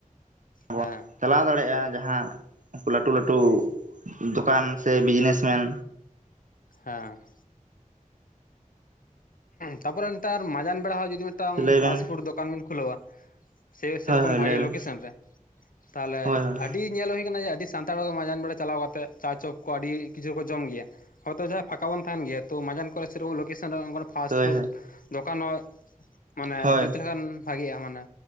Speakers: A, on the right; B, on the left.
A: ᱵᱚᱱ
B: ᱦᱮᱸ
A: ᱪᱟᱞᱟᱣ ᱫᱟᱲᱮᱭᱟᱜᱼᱟ ᱡᱟᱦᱟᱸ ᱩᱱᱠᱩ ᱞᱟᱹᱴᱩ ᱞᱟᱹᱴᱩ ᱫᱚᱠᱟᱱ ᱥᱮ ᱵᱤᱡᱽᱱᱮᱥ ᱢᱮᱱ᱾
B: ᱦᱮᱸ᱾ ᱛᱟᱨᱯᱚᱨᱮ ᱱᱮᱛᱟᱨ ᱢᱟᱡᱟᱱ ᱵᱮᱲᱟ ᱦᱚᱸ ᱡᱚᱫᱤ ᱢᱤᱫᱴᱟᱱ
A: ᱞᱟᱹᱭ
B: ᱯᱷᱟᱥᱴ
A: ᱵᱮᱱ
B: ᱯᱷᱩᱰ ᱫᱚᱠᱟᱱ ᱵᱤᱱ ᱠᱷᱩᱞᱟᱹᱣᱟ᱾ ᱥᱮ ᱥᱮᱨᱚᱠᱚᱢ
A: ᱦᱳᱭ ᱦᱳᱭ
B: ᱵᱷᱟᱜᱮ
A: ᱞᱟᱹᱭ ᱵᱮᱱ
B: ᱞᱳᱠᱮᱥᱚᱱ ᱨᱮ᱾ ᱛᱟᱦᱚᱞᱮ
A: ᱦᱳᱭ ᱦᱳᱭ
B: ᱟᱹᱰᱤ ᱧᱮᱞ ᱦᱩᱭ ᱟᱠᱟᱱᱟ ᱡᱮ ᱟᱹᱰᱤ ᱥᱟᱱᱛᱟᱲ ᱦᱚᱲ ᱜᱮ ᱢᱟᱡᱟᱱ ᱵᱮᱲᱟ ᱪᱟᱞᱟᱣ ᱠᱟᱛᱮᱫ ᱪᱟ ᱪᱚᱯ ᱠᱚ ᱟᱹᱰᱤ ᱠᱤᱪᱷᱩ ᱠᱚ ᱡᱚᱢ ᱜᱮᱭᱟ᱾ ᱦᱚᱭᱛᱳ ᱡᱟᱦᱟᱸᱭ ᱯᱷᱟᱸᱠᱟ ᱵᱚᱱ ᱛᱟᱦᱮᱱ ᱜᱮᱭᱟ ᱛᱚ ᱢᱟᱡᱟᱱ ᱠᱚᱨᱮ ᱥᱮᱨᱚᱠ ᱞᱳᱠᱮᱥᱚᱱ ᱨᱮ ᱚᱱᱠᱟᱱ ᱯᱷᱟᱥᱴ
A: ᱦᱳᱭ
B: ᱯᱷᱩᱥᱴ ᱫᱚᱠᱟᱱ ᱦᱚᱸ ᱢᱟᱱᱮ
A: ᱦᱳᱭ
B: ᱡᱩᱛ ᱞᱮᱠᱷᱟᱱ ᱵᱷᱟᱜᱤᱜᱼᱟ ᱢᱟᱱᱮ᱾